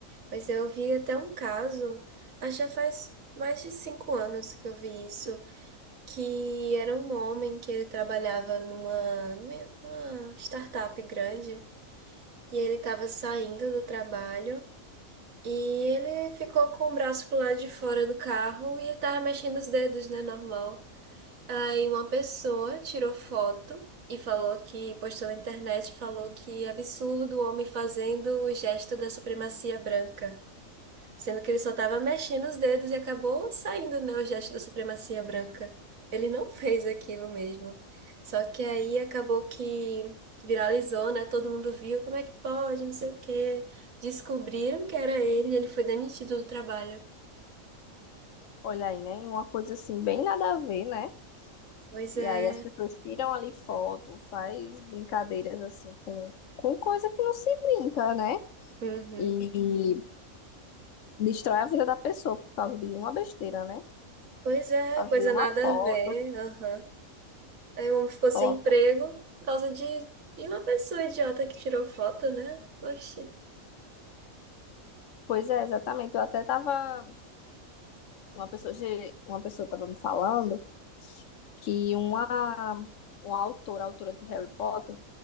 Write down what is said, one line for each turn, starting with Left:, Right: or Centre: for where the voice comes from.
Right: pois é, eu vi até um caso, acho que já faz mais de cinco anos que eu vi isso, que era um homem que ele trabalhava numa, numa startup grande, E ele estava saindo do trabalho e ele ficou com o braço pro lado de fora do carro e ele tava mexendo os dedos, né? Normal. Aí uma pessoa tirou foto e falou que, postou na internet, falou que absurdo o homem fazendo o gesto da supremacia branca. Sendo que ele só estava mexendo os dedos e acabou saindo, né, o gesto da supremacia branca. Ele não fez aquilo mesmo. Só que aí acabou que viralizou, né? Todo mundo viu, como é que pode, não sei o quê. Descobriram que era ele e ele foi demitido do trabalho.
Left: Olha aí, né? Uma coisa assim, bem nada a ver, né?
Right: Pois
Left: E
Right: é.
Left: aí as pessoas tiram ali foto, faz brincadeiras assim com, com coisa que não se brinca, né?
Right: Uhum.
Left: E destrói a vida da pessoa por causa de uma besteira, né?
Right: Pois é,
Left: Por
Right: coisa
Left: causa de uma
Right: nada
Left: foto,
Right: a ver. Aham. Aí o homem ficou
Left: coloca.
Right: sem emprego por causa de, de uma pessoa idiota que tirou foto, né? Oxi.
Left: Pois é, exatamente. Eu até tava Uma pessoa, che- uma pessoa estava me falando que uma, uma autora, autora de Harry Potter,